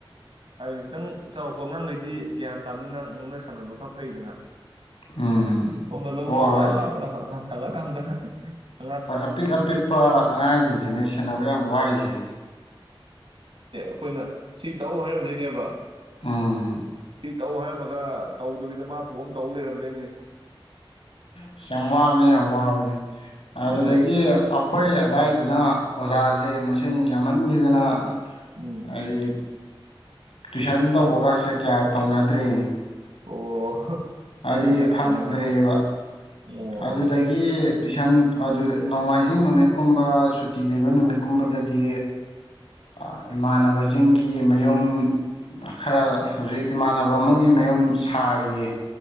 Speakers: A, on the right (about 65°); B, on the left (about 80°).
A: ꯍꯥꯏꯕ ꯈꯤꯇꯪ ꯆꯥꯎꯔꯛꯄ ꯑꯉꯥꯡꯈꯩꯗꯤ ꯒ꯭ꯌꯥꯟ ꯇꯥꯕꯅꯤꯅ ꯉꯥꯡꯅ ꯁꯥꯟꯅꯕꯗꯣ ꯈꯔ ꯐꯩꯗꯅ
B: ꯎꯝ
A: ꯁꫭꯝꯗ ꯂꯕꯨꯛꯀꯥ
B: ꯍꯣꯏ ꯍꯣꯏ
A: ꯋꯥꯅ <unintelligible> ꯍꯜꯂꯣ ꯀꯝꯗ ꯍ ꯍ
B: ꯍꯣꯏ ꯑꯄꯤꯛ ꯑꯄꯤꯛꯄ ꯑꯉꯥꯡꯖꯤꯡꯖꯤꯅꯦ ꯁꯦꯟꯅꯕ ꯌꯥꯝ ꯋꯥꯔꯤꯖꯦ
A: ꯑꯈꯣꯏꯅ ꯁꯤ ꯇꯧ ꯍꯥꯏꯔꯝꯗꯣꯏꯅꯦꯕ
B: ꯎꯝ
A: ꯁꯤ ꯇꯧ ꯍꯥꯏꯔꯝꯃꯒ ꯇꯧꯗꯕꯤꯗ ꯃꯥ ꯊꯣꯛꯄꯝ ꯇꯧ ꯂꯩꯔꯝꯗꯣꯏꯅꯤ
B: ꯑꯁ ꯋꯥꯕꯅꯦ ꯌꯥꯝ ꯋꯥꯕꯅꯦ ꯑꯗꯨꯗꯒꯤ
A: ꯑꯗꯨꯅꯦ
B: ꯑꯈꯣꯏ ꯑꯗꯥꯏꯗꯨꯅ ꯅ ꯑꯣꯖꯥꯖꯦ ꯃꯁꯤꯡ ꯌꯥꯝꯃꯟꯒꯤꯗꯅ
A: ꯎꯝ
B: ꯍꯥꯏꯗꯤ ꯇꯨꯏꯁꯟ ꯇꯧꯕꯒꯁꯦ ꯀꯌꯥ ꯇꯧꯅꯗ꯭ꯔꯦ
A: ꯑꯣ
B: ꯍꯥꯏꯗꯤ
A: ꯑꯣꯖꯥ ꯌꯥꯝꯕꯅꯤꯅ
B: ꯐꯪꯗ꯭ꯔꯦꯕ
A: ꯑꯣ
B: ꯑꯗꯨꯗꯒꯤ ꯇꯨꯏꯁꯟ ꯑꯗꯨꯗ ꯅꯣꯡꯃꯥꯏꯖꯤꯡ ꯅꯨꯃꯤꯠꯀꯨꯝꯕ ꯁꯨꯇꯤ ꯂꯩꯕ ꯅꯨꯃꯤꯠꯀꯨꯝꯕꯗꯗꯤ ꯑ ꯏꯃꯥꯟꯅꯕꯖꯤꯡꯒꯤ ꯃꯌꯨꯝ ꯑ ꯈꯔ ꯍꯧꯖꯤꯛ ꯏꯃꯥꯟꯅꯕ ꯑꯃꯒꯤ ꯃꯌꯨꯝ ꯁꯥꯔꯤꯌꯦ